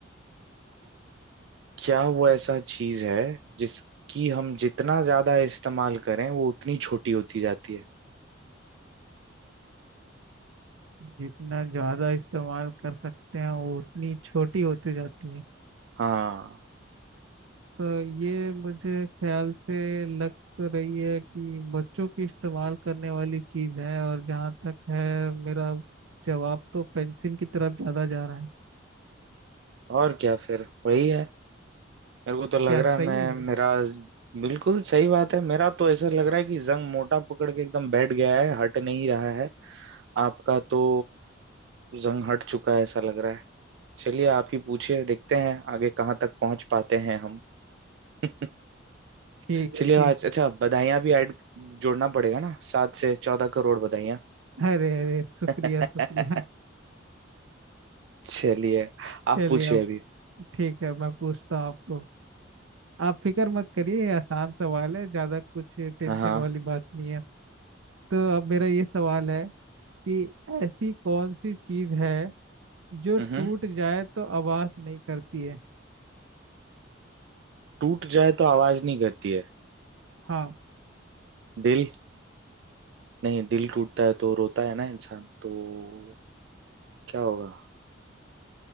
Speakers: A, on the right; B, on the right.
A: क्या वो ऐसा चीज है जिसकी हम जितना ज्यादा इस्तेमाल करें वो उतनी छोटी होती जाती है
B: जितना ज़्यादा इस्तेमाल कर सकते हैं वो उतनी छोटी होती जाती है
A: हाँ
B: तो ये मुझे ख्याल से लग तो रही है कि बच्चों की इस्तेमाल करने वाली चीज़ है और जहाँ तक है मेरा जवाब तो पेंसिल की तरफ ज़्यादा जा रहा है
A: और क्या फिर वही है मेरे को तो लग
B: क्या सही
A: रहा है मैं
B: है ये
A: मेरा बिल्कुल सही बात है मेरा तो ऐसा लग रहा है कि जंग मोटा पकड़ के एकदम बैठ गया है हट नहीं रहा है आपका तो जंग हट चुका है ऐसा लग रहा है चलिए आप ही पूछिए देखते हैं आगे कहाँ तक पहुंच पाते हैं हम <laughs>
B: ठीक है
A: चलिए
B: ठीक
A: आज अच्छा बधाइयाँ भी ऐड जोड़ना पड़ेगा ना सात से चौदह करोड़ बधाइयाँ
B: है। अरे अरे शुक्रिया
A: <laughs>
B: शुक्रिया
A: चलिए
B: <laughs>
A: आप
B: चलिए
A: पूछिए
B: अब
A: अभी
B: ठीक है मैं पूछता हूँ आपको आप फिक्र मत करिए ये आसान सवाल है ज़्यादा कुछ टेंशन
A: हाँ हाँ
B: वाली बात नहीं है तो अब मेरा ये सवाल है कि ऐसी कौन सी चीज़ है जो
A: हम्म
B: टूट जाए तो आवाज नहीं करती है
A: टूट जाए तो आवाज नहीं करती है
B: हाँ
A: दिल नहीं दिल टूटता है तो रोता है ना इंसान तो क्या होगा